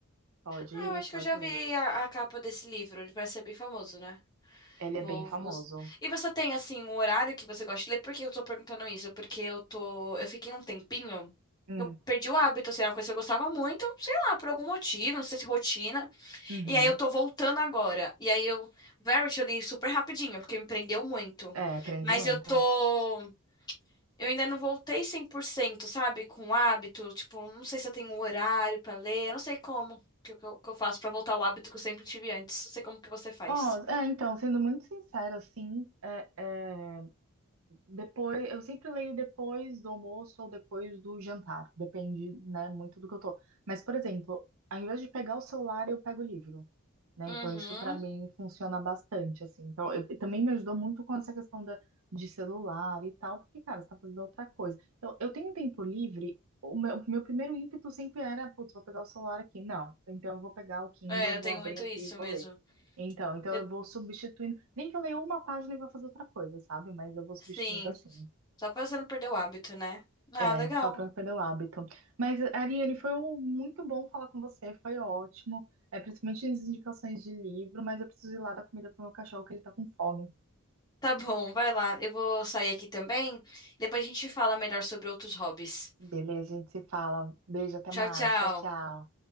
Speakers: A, on the right; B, on the left.
A: Pode,
B: Ah, eu acho
A: pode
B: que eu já vi
A: ler.
B: a, a capa desse livro. Ele parece ser bem famoso, né?
A: Ele
B: Vou,
A: é bem famoso.
B: vou... E você tem, assim, um horário que você gosta de ler? Por que eu tô perguntando isso? Porque eu tô... Eu fiquei um tempinho...
A: Hum,
B: Eu perdi o hábito, assim, era uma coisa que eu gostava muito, sei lá, por algum motivo, não sei se rotina.
A: uhum.
B: E aí eu tô voltando agora. E aí eu... Verity eu li super rapidinho, porque me prendeu muito.
A: É, prende
B: Mas
A: muito.
B: eu tô... Eu ainda não voltei 100%, sabe? Com o hábito. Tipo, não sei se eu tenho um horário pra ler. eu Não sei como que eu, que eu que eu faço pra voltar ao hábito que eu sempre tive antes. Não sei como que você faz.
A: Ó, é, então, sendo muito sincera, assim, é, é, depois, eu sempre leio depois do almoço ou depois do jantar, depende, né, muito do que eu tô. Mas, por exemplo, ao invés de pegar o celular, eu pego o livro. né?
B: Uhum.
A: Então isso para mim funciona bastante, assim. Então eu, também me ajudou muito com essa questão da, de celular e tal, porque, cara, você tá fazendo outra coisa. Então eu tenho um tempo livre, o meu, meu primeiro ímpeto sempre era, putz, vou pegar o celular aqui. Não, então eu vou pegar o Kindle,
B: É, eu
A: vou
B: tenho
A: abrir
B: muito
A: aqui
B: isso
A: e vou
B: mesmo.
A: ler. Então, então
B: Eu-
A: eu vou substituindo, nem que eu leia uma página e vou fazer outra coisa, sabe? Mas eu vou substituindo
B: sim.
A: assim.
B: Só pra você não perder o hábito, né? Ah,
A: É,
B: legal.
A: só para não perder o hábito. Mas, Ariane, foi um- muito bom falar com você, foi ótimo. É, principalmente as indicações de livro, mas eu preciso ir lá dar comida pro meu cachorro, que ele tá com fome.
B: Tá bom, vai lá. Eu vou sair aqui também. Depois a gente fala melhor sobre outros hobbies.
A: Beleza, a gente se fala. Beijo, até
B: Tchau,
A: mais.
B: tchau.
A: Tchau, tchau.